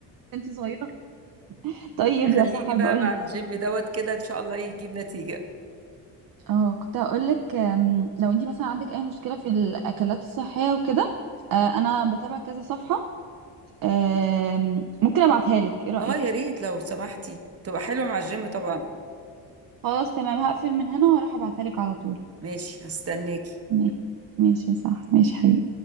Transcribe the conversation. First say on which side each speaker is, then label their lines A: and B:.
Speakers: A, on the right; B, on the right.
A: انت صغيرة طيب
B: خليني
A: يا سحر
B: بقى
A: بقول
B: مع
A: لك
B: الجيم دوت كده ان شاء الله يجيب نتيجه
A: اه كنت هقول لك لو انت مثلا عندك اي مشكله في الاكلات الصحيه وكده آه، انا بتابع كذا صفحه آم، ممكن ابعتها لك ايه رايك
B: اه يا ريت لو سمحتي تبقى حلوه مع الجيم طبعا
A: خلاص تمام هقفل من هنا واروح ابعتها لك على طول
B: ماشي هستناك
A: ماشي ماشي يا سحر ماشي حبيبي